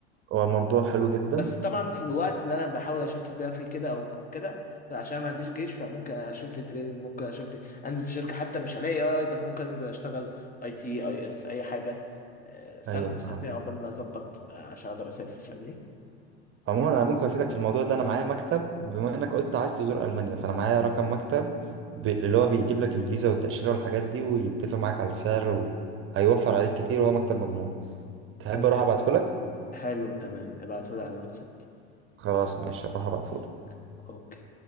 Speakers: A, on the right (about 40°); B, on the left (about 25°).
A: هو الموضوع حلو جدا
B: بس طبعا في الوقت اللي انا بحاول اشوف لي بقى فيه كده او كده عشان ما عنديش جيش فممكن اشوف لي تريننج ممكن اشوف لي انزل في شركه حتى مش هلاقي اي اي بس ممكن انزل اشتغل اي تي اي اس اي حاجه آه، سنه
A: ايوه
B: أو
A: فاهم.
B: سنتين عقبال ما اظبط آه، عشان اقدر اسافر فاهمني
A: عموما انا ممكن افيدك في الموضوع ده انا معايا مكتب بما انك قلت عايز تزور المانيا فانا معايا رقم مكتب ب- اللي هو بيجيب لك الفيزا والتاشيره والحاجات دي ويتفق معاك على السعر وهيوفر عليك كتير وهو مكتب مضمون تحب
B: طيب
A: اروح ابعته لك
B: حلو تمام ابعتهولي على الواتساب
A: خلاص ماشي اروح ابعته
B: يلا،
A: لك.
B: اوكي